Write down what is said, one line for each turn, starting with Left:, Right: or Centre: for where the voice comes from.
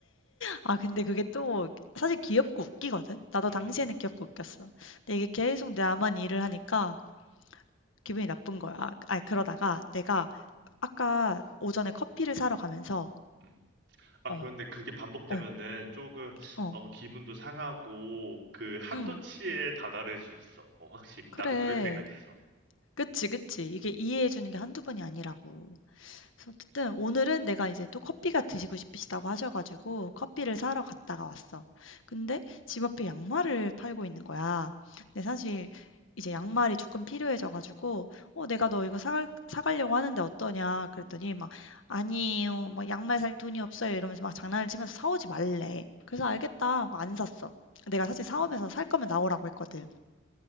Left: 아 근데 그게 또 사실 귀엽고 웃기거든. 나도
Right: 음,
Left: 당시에는 귀엽고 웃겼어. 근데 이게 계속 나만 일을 하니까 기분이 나쁜 거야. 아 그러다가 내가 아까 오전에 커피를 사러 가면서
Right: 음. 아,
Left: 어,
Right: 그런데 그게 반복되면은
Left: 어,
Right: 조금,
Left: 어,
Right: 어, 기분도 상하고, 그, 한도치에
Left: 응,
Right: 다다를 수 있어. 어, 확실히.
Left: 그래.
Right: 나도 그럴 때가 있어.
Left: 그치, 그치. 이게 이해해 주는 게 한두 번이 아니라고. 그래서 어쨌든 오늘은 내가 이제 또 커피가 드시고 싶으시다고 하셔 가지고 커피를 사러 갔다가 왔어. 근데 집 앞에 양말을 팔고 있는 거야. 근데 사실 이제 양말이 조금 필요해져 가지고 "어 내가 너 이거 사갈 사 가려고 하는데 어떠냐." 그랬더니 막 "아니에요. 막 양말 살 돈이 없어요." 이러면서 막 장난을 치면서 사 오지 말래. 그래서 "알겠다." 하고 안 샀어. 내가 사실 사오면서 "살 거면 나오라."고 했거든.